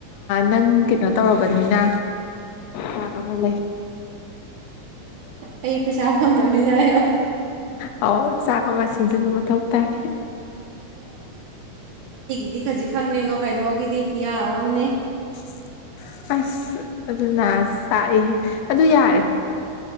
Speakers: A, on the left (about 80°); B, on the right (about 70°).
A: ꯅꯪ ꯀꯩꯅꯣ ꯇꯧꯔꯕꯅꯤꯅ ꯇ ꯑꯃ ꯂꯩ
B: ꯑ ꯄꯁꯥꯕꯣꯗꯃꯤ ꯌꯥꯑꯣ
A: ꯑ ꯆꯥꯛ ꯑꯃ ꯁꯤꯖꯟꯕ ꯃꯊꯧ ꯇꯥꯏ
B: ꯗꯤ ꯈꯖꯤꯛ ꯈꯪꯅꯦꯉꯣ ꯀꯩꯅꯣꯒꯤꯗꯤ ꯈꯨꯌꯥ ꯑꯃꯝꯅꯦ
A: <inaudible> ꯑꯁ ꯑꯗꯨꯅ ꯆꯥꯛꯏꯍꯦ ꯑꯗꯨ ꯌꯥꯔꯦ